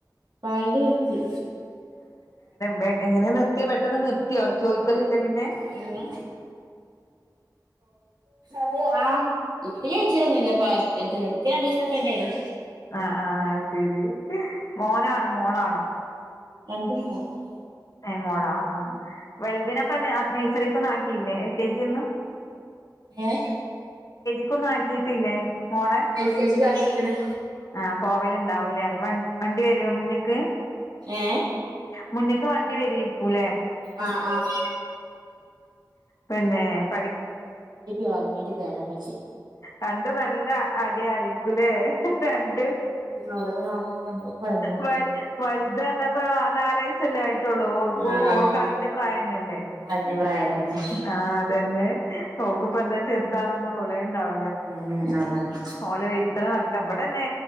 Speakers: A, on the right; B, on the left.
A: പാലുടി നിർത്തി
B: മെ എങ്ങനെ നിർത്ത് ത്തി പെട്ടെന്ന് നിർത്തിയോ ചോയ്ക്കലില്ലേ പിന്നെ?
A: പിന്നെ അതെ ആ ഇപ്പ ചോയ്ച്ചലൊന്നില്ല പാസ് ഇത് നിർത്യ രണ്ടീസൊക്കെ ഇണ്ടായ്ന്
B: ആഹ് ആഹ് ഐശെരി മോനാണോ മോളാണോ?
A: രണ്ടും പോയി
B: ഏ മോളാ ആ വൽതിനിപ്പന്തെയ് ആഷ് നഴ്സറിക്കൊന്നും ആക്കില്ലേ എൽ കെ ജി ഒന്നും
A: ഏഹ്
B: ഒന്നും ആക്കിട്ടില്ലേ മോളെ
A: കെ ജിക്ക് ആക്കിക്ക്ണ്
B: ആഹ് പോവലുണ്ടാവൂല്ലേ വ വണ്ടി വരുവോ മുന്നിക്ക്
A: ഏഹ്
B: മുന്നേക്ക് വണ്ടി വരുയായിരിക്കൂല്ലേ?
A: ആഹ് ആഹ്
B: പിന്നെ പഠി
A: <inaudible> അറിഞ്ഞിട്ട് തരാൻ വെച്ചി
B: രണ്ടു നല്ല അടി ആയിരിക്കൂലേ രണ്ട്
A: അവരെ നോക്കി നമ്മള് കൊഴങ്ങും
B: വ വലുത് പറഞ്ഞപ്പോ നാലവയസ്സല്ലേ ആയിട്ടുള്ളു ഓൾക്ക്
A: ആഹ്
B: ഓ കളിന്റെ പ്രായം തന്നെ
A: അതിന്റെ പ്രായത്തിന്നെ
B: ആഹ് അതന്നെ ഓൾക്കപ്പ എന്താ ചെറുതാണൊന്നന്ന് വിളുണ്ടാവ
A: ഉം അതാണ്
B: ഓല വൈത്തന ഭടന്നേ നടക്കാം ഇവിടെന്നെ